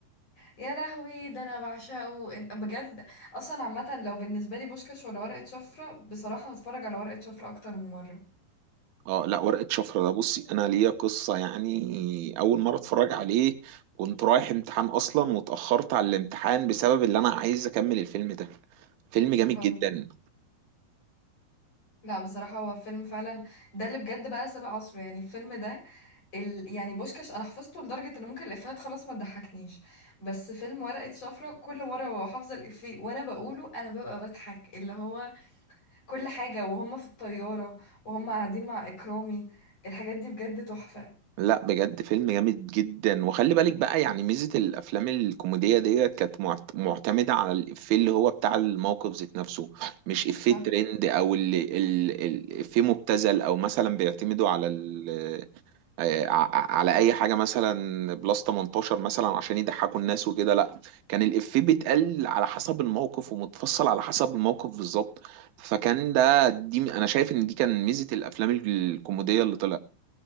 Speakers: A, on the left (about 40°); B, on the right (about 75°).
A: يا لهوي ده انا بعشقه إن- بجد اصلا عامه لو بالنسبه لي بوشكاش ولا ورقه شفره بصراحه هتفرج على ورقه شفره اكتر من مره
B: اه لا ورقه شفره ده بصي انا ليا قصه يعني اول مره اتفرج عليه كنت رايح امتحان اصلا واتاخرت على الامتحان بسبب اللي انا عايز اكمل الفيلم ده فيلم
A: بتهزر
B: جامد جدا
A: لا بصراحه هو فيلم فعلا ده اللي بجد بقى سابق عصره يعني الفيلم ده ال... يعني بوشكاش انا حفظته لدرجه ان ممكن الافيهات خلاص ما تضحكنيش بس فيلم ورقه شفره كل مره ببقى حافظه الافيه وانا بقوله انا ببقى بضحك اللي هو كل حاجة وهم في الطيارة وهم قاعدين مع إكرامي الحاجات دي بجد تحفة
B: لا بجد فيلم جامد جدا وخلي بالك بقى يعني ميزة الأفلام الكوميدية ديت كانت معت- معتمدة على الإفيه اللي هو بتاع الموقف ذات نفسه مش إفيه
A: صح
B: ترند أو اللي ال- ال- إفيه مبتذل أو مثلا بيعتمدوا على ال آه، ع- على أي حاجة مثلا بلس 18 مثلا عشان يضحكوا الناس وكده لا كان الإفيه بيتقال على حسب الموقف ومتفصل على حسب الموقف بالظبط فكان ده دي أنا شايف إن دي كان ميزة الأفلام الكوميدية اللي